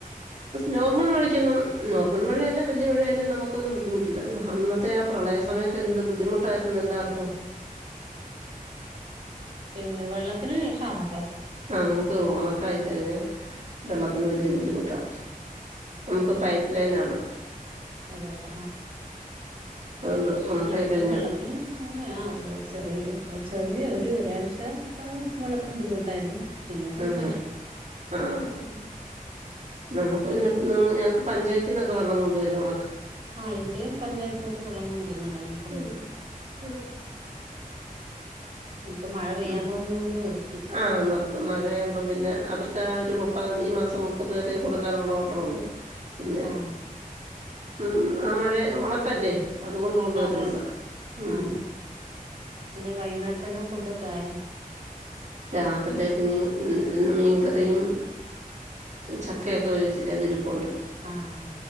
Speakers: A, on the right; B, on the right.
A: നോർമൽ മഴക്കൊന്നും നോർമൽ മഴയല്ല വല്യ മഴയായാലും നമുക്കൊന്നും ബുദ്ധിമുട്ടില്ല അന്നത്തെ ആ പ്രളയ സമയത്ത് എന്ത് ബുദ്ധിമുട്ടായിരുന്നു എല്ലാവർ
B: പിന്നെ വെള്ളത്തിന് ക്ഷാമട്ടോ
A: ആ നമുക്ക് ഉണക്കായി കഴിഞ്ഞാൽ വെള്ളത്തിന് വലിയ ബുദ്ധിമുട്ടാ നമുക്ക് പൈപ്പ് ലൈനാണ്
B: അതെല്ല
A: അതുകൊണ്ട് ഉണക്കായി
B: ഞങ്ങക്ക്
A: കഴിഞ്ഞ
B: വെള്ളത്തിന് അങ്ങനെയാ ചെറിയ ചെറിയ ഒരു ഒരാഴ്ച ആ വെള്ളത്തിന് ബുദ്ധിമുട്ടായിരുന്ന് പിന്നെ കുഴപ്പല്ല
A: ആഹ് ആഹ് നമുക്ക് പിന്നെ ഞങ്ങക്ക് പഞ്ചായത്തിൽ ന്നൊക്കെ വെള്ളം കൊണ്ട് വരും
B: ആഹ് ഇവിടെയും പഞ്ചായത്തി നിന്നൊക്കെ വെള്ളം കൊണ്ടുരുന്നുണ്ടായിരുന്നു കൊണ്ടുവന്ന്
A: ഉം ഉം
B: ഇപ്പൊ മഴ പെയ്യാൻ
A: ഉ
B: തുടങ്ങിയോണ്ട് നിർത്തി
A: ആഹ നിർത്തും മഴ ആമ്പോ പിന്നെ അവർക്ക് ആ ഒരു മുപ്പതാം ഈ മാസം മുപ്പത് വരെ കൊടുക്കാനുള്ള ഓർഡറണ്ട് പിന്നെ
B: ആഹ്
A: ഉം ആ മഴ ഉണക്കല്ലേ അതുകൊണ്ട് കൊണ്ടുവരുന്നതാ
B: അതെെ
A: ഉം
B: ആഹ പിന്നെ വൈകുന്നേരത്തൊക്കെ ഫുഡൊ കായ
A: രാത്രിയിലേക്ക് ഇ ഇ മീൻകറിയും ചക്കയൊക്കെ വേവിച്ചില്ലെ അതിരു പ്പുണ്ട്
B: ആഹ്